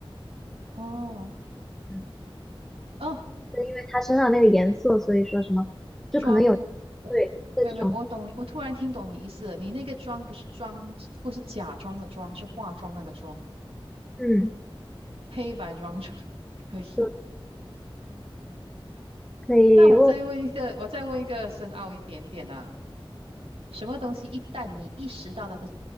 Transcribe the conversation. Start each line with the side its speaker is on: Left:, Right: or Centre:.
Right: 哦
Centre: 嗯
Right: 哦，
Centre: 因为它身上那个颜色，所以说什么，就可能有
Right: 装，我没有没有，
Centre: 对的这种，
Right: 我懂你，我突然听懂你意思了。你那个妆不是妆，不是假装的妆，是化妆那个妆，
Centre: 嗯，
Right: 黑白妆妆 <laughs> 可以。
Centre: 就可以问
Right: 那我再问一个，我再问一个深奥一点点啊，什么东西一旦你意识到它的，